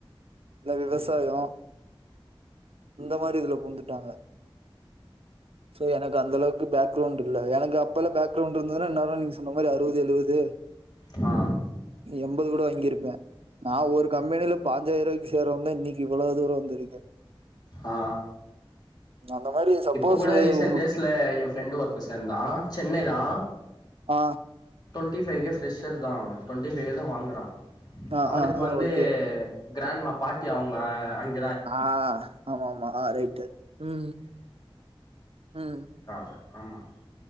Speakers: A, on the right; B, on the left.
A: எல்லா விவசாய
B: ம்
A: இந்த மாரி இதுல பூந்துட்டாங்க சோ எனக்கு அந்த அளவுக்கு பேக்ரவுண்ட் இல்ல எனக்கு அப்பால பேக்ரவுண்ட் இருந்ததுனா இந்நேர நீங்க சொன்ன மாரி அறுவது எழுவது
B: ஆ
A: எம்பது கூட வாங்கிருப்பே நா ஒரு கம்பெனில பாஞ்சாயிரூவாக்கி சேரவும்ந்தா இன்னைக்கு இவளோ தூர வந்திருக்கே
B: ஆ
A: அந்த மாரி சப்போஸ்
B: இப்ப கூட ரீசன்ட்
A: உங்க
B: டேஸ்ல எ ஃப்ரெண்டு ஒருத்த சேந்தா சென்னை தா
A: ஆ
B: ட்வெண்ட்டி ஃபைவ் கே ஃப்ரெஷ்ஷர் தா அவ டவெண்டி ஃபைவ் கே தா வாங்குறா
A: ஆ
B: அவனுக்கு
A: ஆ ஆ
B: வந்து
A: ஓகே
B: கிராண்மா பாட்டி அவ்ங்க அங்
A: ஆ ஆமாம்மா ஆ ரைட்டு ம் ம்
B: க்காவ ஆமா